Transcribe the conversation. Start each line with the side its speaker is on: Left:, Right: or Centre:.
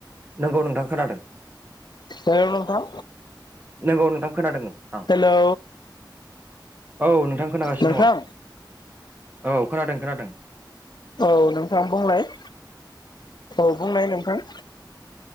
Right: नंगौ नोंथां खोनादों
Left: हेल' नोंथां?
Right: नंगौ नोंथां खोनादों। आं
Left: हेलौ
Right: औ नोंथां खोनागासिनो
Left: नोंथां
Right: दं आं औ खोनादों खोनादों।
Left: औ नोंथाङां बुंलाय। औ बुंनाय नोंथां।